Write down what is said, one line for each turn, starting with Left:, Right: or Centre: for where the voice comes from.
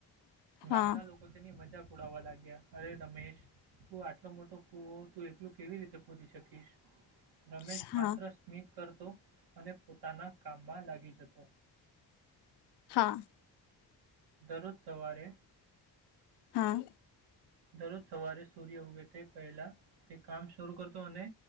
Left: હા
Right: ગામના લોકો તેની મજા પૂડાાવવા લાગ્યા. અરે રમેશ તું આટલો મોટો કુવ તું એકલું કેવી રીતે ખોદી શકીશ. રમેશ
Left: હા
Right: માત્ર સ્મિત. કરતો અને પોતાના કામમાં લાગી જતો.
Left: હા.
Right: દરરોજ સવારે
Left: હા.
Right: દરરોજ સવારે સૂર્ય ઉગે તે પહેલા તે કામ શરૂ કરતો અને